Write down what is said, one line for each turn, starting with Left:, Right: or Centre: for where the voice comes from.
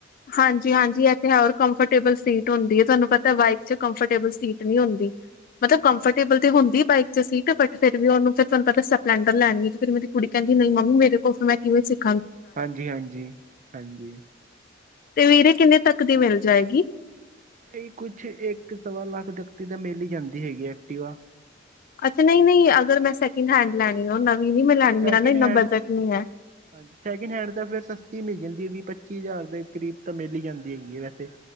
Left: ਹਾਂਜੀ-ਹਾਂਜੀ ਐ ਤੇ ਹੈ
Right: ਹਾਂਜੀ
Left: ਹੋਰ ਕੰਫਰਟੇਬਲ ਸੀਟ ਹੁੰਦੀ ਹੈ ਤੁਹਾਨੂੰ ਪਤਾ ਬਾਈਕ 'ਚ ਕੰਫਰਟੇਬਲ ਸੀਟ ਨੀ ਹੁੰਦੀ ਮਤਲਬ
Right: ਹਾਂਜੀ
Left: ਕੰਫਰਟੇਬਲ
Right: ਹਾਂਜੀ
Left: ਤੇ ਹੁੰਦੀ ਬਾਈਕ ਤੇ ਸੀਟ ਤੇ ਬਟ ਫਿਰ ਵੀ ਉਹਨੂੰ ਫਿਰ ਤੁਹਾਨੂੰ ਪਤਾ ਸਪਲੈਂਡਰ ਲੈਣੀ ਐ ਫਿਰ ਮੇਰੀ ਕੁੜੀ ਕਹਿੰਦੀ ਨਹੀਂ ਮੰਮੀ ਮੇਰੇ ਕੋ ਮੈਂ ਕਿਵੇਂ ਸਿਕ
Right: ਹਾਂਜੀ-ਹਾਂਜੀ, ਹਾਂਜੀ।
Left: ਤੇ ਵੀਰੇ ਕਿੰਨੇ ਤੱਕ ਦੀ ਮਿਲ ਜਾਏਗੀ?
Right: ਇਹੀ ਕੁਛ ਇੱਕ ਸਵਾ ਲੱਖ ਤੱਕ ਦੀ ਤਾਂ ਮਿੱਲ ਹੀ ਜਾਂਦੀ ਹੈਗੀ ਐਕਟੀਵਾ।
Left: ਅੱਛਾ ਨਈ-ਨਈ ਅਗਰ ਮੈਂ ਸੈਕਿੰਡ ਹੈਂਡ ਲੈਣੀ ਉਹ ਨੀ ਮੈਂ ਲੈਣੀ ਮੇਰਾ
Right: ਸੈਕਿੰਡ
Left: ਨਾ ਇੰਨਾ
Right: ਹੈਂਡ,
Left: ਬਜਟ ਨਹੀਂ ਹੈ
Right: ਹਾਂਜੀ, ਸੈਕਿੰਡ ਹੈਂਡ ਤੇ ਫੇਰ ਸਸਤੀ ਮਿਲ ਜਾਂ ਵੀਹ ਪੱਚੀ ਹਜ਼ਾਰ ਦੇ ਕਰੀਬ ਤਾਂ ਮਿਲ ਈ ਜਾਂਦੀ ਹੈਗੀ ਐ ਵੈਸੇ।